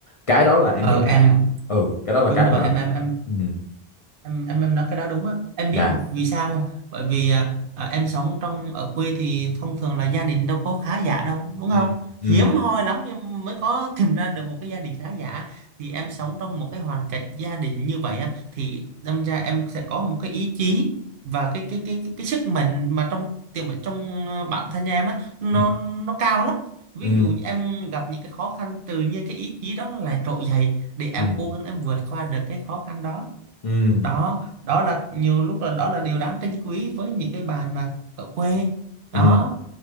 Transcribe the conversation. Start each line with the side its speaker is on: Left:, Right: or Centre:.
Left: cái đó là em
Right: ờ
Left: nghĩ
Right: em
Left: ừ cái đó là
Right: đúng
Left: cái
Right: rồi
Left: mà
Right: em em em
Left: ừ
Right: em em em nói cái đó đúng á em
Left: dạ
Right: biết vì sao không? Dạ. bởi vì à, à, em sống trong ở quê thì thông thường là gia đình đâu có khá giả đâu đúng
Left: ừ
Right: không
Left: ừ
Right: hiếm hoi lắm em mới có <laughs> tìm ra được một cái gia đình khá giả thì em sống trong một cái hoàn cảnh gia đình như vậy á thì đâm ra em sẽ có một cái ý chí và cái cái cái cái, cái sức mạnh mà trong tiềm ở trong ờ, bản thân em á nó
Left: ừ
Right: nó cao lắm ví
Left: ừ
Right: dụ như em gặp những cái khó khăn tự nhiên cái ý chí đó nó lại trỗi dậy để em
Left: ừ
Right: cố gắng em vượt qua được cái khó khăn đó
Left: ừ
Right: đó đó là nhiều lúc là đó là điều đáng trân quý với những cái bàn mà ở quê đó
Left: ừ